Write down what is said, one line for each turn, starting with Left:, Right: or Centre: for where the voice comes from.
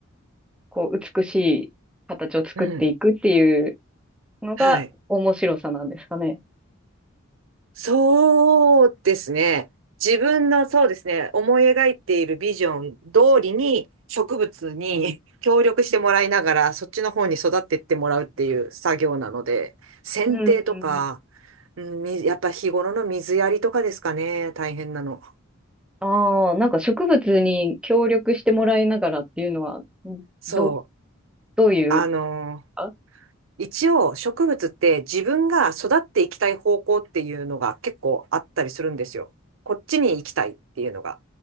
Centre: こう、美しい形を作っていくっていう
Right: うん。
Centre: のが面白さなんですかね。
Right: はい。そうですね。自分のそうですね、思い描いているビジョン通りに植物に <laughs> 協力してもらいながら、そっちの方に育っていってもらうっていう作業なので、剪定とか、
Centre: うん。
Right: うんみやっぱ日頃の水やりとかですかね、大変なの。
Centre: ああ、なんか植物に協力してもらいながらっていうのは、んど、
Right: そう。
Centre: どういう
Right: あの
Centre: か
Right: 一応植物って自分が育っていきたい方向っていうのが結構あったりするんですよ。こっちに行きたいっていうのが。